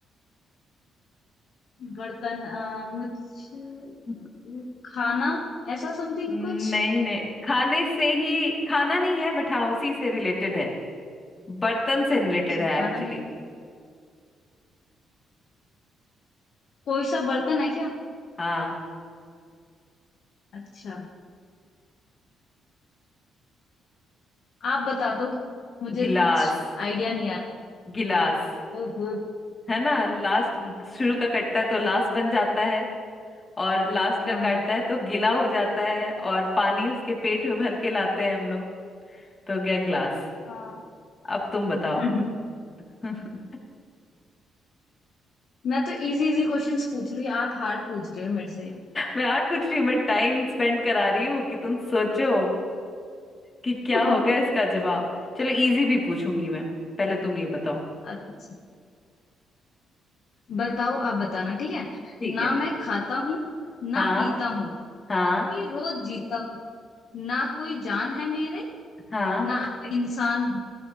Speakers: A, on the left; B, on the left.
A: बर्तन अ, मुझे
B: <laughs>
A: खाना ऐसा समथिंग
B: नहीं
A: कुछ
B: नहीं खाने से ही खाना नहीं है बट हाँ उसी से रिलेटेड है बर्तन से रिलेटेड
A: अच्छा
B: है
A: खाना
B: एक्चुअली
A: नहीं कोई सा बर्तन है क्या
B: हाँ
A: अच्छा आप बता दो मुझे
B: गिलास
A: कुछ आइडिया नहीं आ रहा
B: गिलास
A: ओहो
B: है ना लास्ट शुरू का कटता है तो लास्ट बन जाता है और लास्ट का
A: हाँ
B: काटता है तो गीला हो जाता है और पानी उसके पेट में भर के लाते हैं हम लोग तो हो गया ग्लास
A: हाँ
B: अब तुम बताओ
A: <laughs>
B: <laughs>
A: मैं तो इजी इजी क्वेश्चंस पूछ रही हूँ आप हार्ड पूछ रहे हो मेरे से
B: मैं आर्ट पूछ रही हूँ मैं टाइम स्पेंड करा रही हूँ कि तुम सोचो कि क्या
A: <laughs>
B: होगा इसका जवाब चलो इजी भी पूछूंगी मैं पहले तुम ये बताओ
A: अच्छा बताओ आप बताना ठीक है
B: ठीक
A: ना
B: है
A: मैं खाता हूँ ना
B: हाँ
A: पीता हूँ
B: हाँ
A: फिर रोज जीता हूँ ना कोई जान है मेरे
B: हाँ
A: ना कोई इंसान हूँ